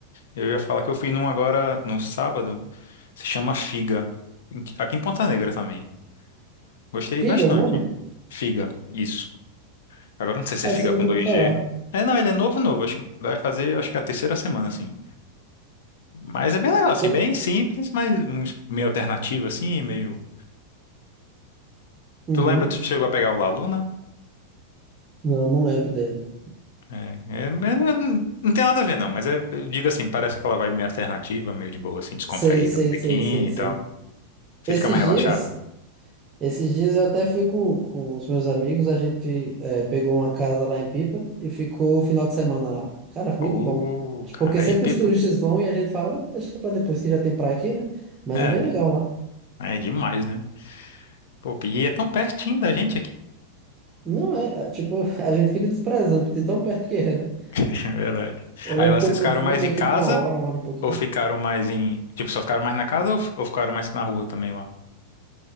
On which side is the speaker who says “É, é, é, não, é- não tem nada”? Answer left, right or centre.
Left